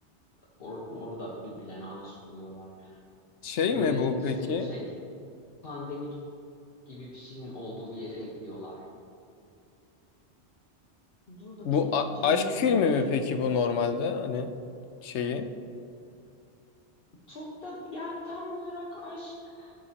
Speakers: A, on the left (about 55°); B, on the left (about 75°).
A: or- orada birbirlerine aşık oluyorlar.
B: Şey
A: Böyle
B: mi bu
A: işte
B: peki?
A: şey pandemik gibi bir şeyin olduğu bir yere gidiyorlar. Dur bakayım
B: Bu a-
A: filmin
B: aşk filmi
A: orijin.
B: mi peki bu normalde hani şeyi?
A: Çok da yani tam olarak aşk